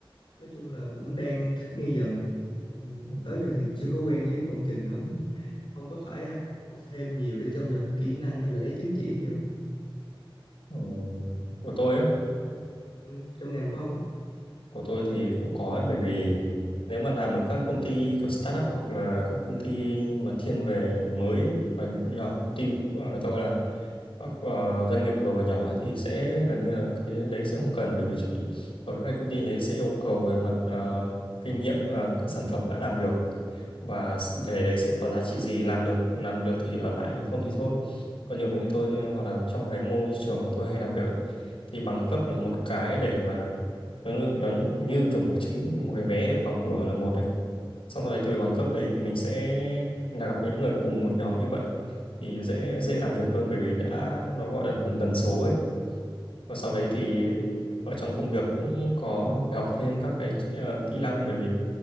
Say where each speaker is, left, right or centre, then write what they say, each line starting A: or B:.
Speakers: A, on the left; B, on the left.
A: nói chung là cũng đang thích nghi dần Ừ,
B: Ừ,
A: tới giờ thì chưa có quen với công trình lắm ông có phải ờ, học thêm nhiều để trau dồi thêm kỹ năng hay là lấy chứng chỉ gì không
B: ừ, của tôi á
A: ừ, trong ngành của ông á
B: của tôi thì cũng có ấy, bởi vì nếu mà làm ở các công ty kiểu startup hoặc là các công ty mà thiên về mới và nhỏ công ty ờ, người ta gọi là các ờ, doanh nghiệp vừa và nhỏ ấy, thì sẽ gần như là cái đấy sẽ không cần bởi vì chúng tôi ở các cái công ty đấy sẽ yêu cầu về mặt ờ, kinh nghiệm ờ, các sản phẩm đã làm được và s- về đấy sẽ có giá trị gì làm được làm được thì ở lại còn không thì thôi còn nhiều công ty tôi thì- hoặc là trong cái môi trường của tôi hay làm việc ấy, thì bằng cấp là một cái để mà nó, nó như kiểu một cái chứng một cái vé để vào cửa là một này xong sau đấy từ bằng cấp đấy thì mình sẽ là gặp với những người cùng một nhóm như vậy thì dễ dễ làm việc hơn bởi vì đã nó gọi là cùng tần số ấy và sau
A: ừ,
B: đấy thì ở trong công việc cũng có phải học thêm các cái ờ, kỹ năng bởi vì